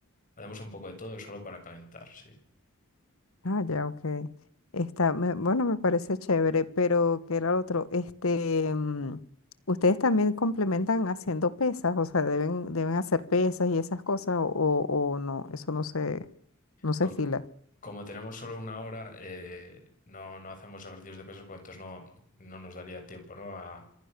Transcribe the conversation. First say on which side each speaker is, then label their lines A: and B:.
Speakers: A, on the left; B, on the left.
A: Hacemos un poco de todo solo para calentar, sí.
B: Ah, ya, ok. Está, me- bueno, me parece chévere, pero ¿qué era lo otro? Este, mm, ustedes también complementan haciendo pesas, o sea, deben, deben hacer pesas y esas cosas, o, o o no, eso no se, no se
A: Com-
B: estila.
A: Como, tenemos solo una hora, eh, no, no hacemos ejercicios de pesas, pues entonces no, no nos daría tiempo, ¿no? a